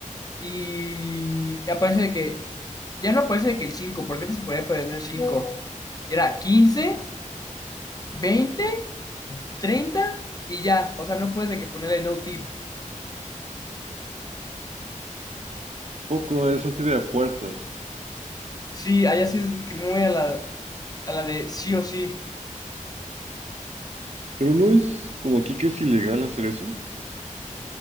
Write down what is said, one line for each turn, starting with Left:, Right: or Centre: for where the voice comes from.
Left: y aparece de que, ya no aparece de que el 5, porque antes se podía poner cinco Era quince veinte 30 y ya. O sea, no puedes de que ponerle no tip.
Right: ¿A poco es así de fuerzas?
Left: Sí, allá sí es que muy a la, a la de sí o sí.
Right: Pero no es como aquí que es ilegal hacer eso.